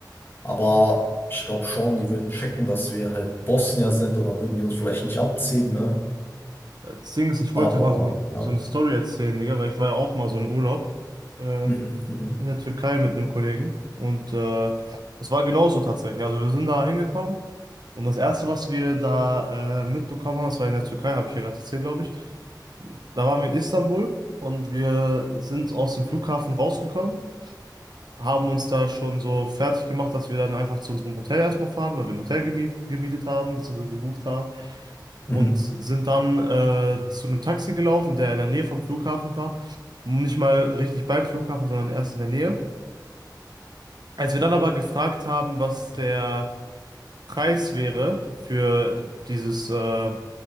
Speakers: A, on the left; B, on the right.
A: Aber ich glaube schon, die würden checken, dass wir halt Bosnier sind und dann würden die uns vielleicht nicht abziehen, ne?
B: Äh, Das Ding ist, ich wollte
A: Aber
B: jetzt mal so,
A: ja.
B: so eine Story erzählen, Digga, weil ich war ja auch mal so in Urlaub. Äh,
A: Mhm. Mhm.
B: in der Türkei mit einem Kollegen und äh, das war genauso tatsächlich. Also wir sind da hingekommen und das Erste, was wir da äh, mitbekommen haben, das war in der Türkei, habe ich ja gerade erzählt, glaube ich. Da waren wir in Istanbul und wir sind aus dem Flughafen rausgekommen, haben uns da schon so fertig gemacht, dass wir dann einfach zu unserem Hotel erstmal fahren, weil wir ein Hotel gemiet, gemietet haben, beziehungsweise gebucht haben und
A: Mhm.
B: sind dann äh, zu einem Taxi gelaufen, der in der Nähe vom Flughafen war. Nicht mal richtig beim Flughafen, sondern erst in der Nähe. Als wir dann aber gefragt haben, was der Preis wäre für dieses, äh,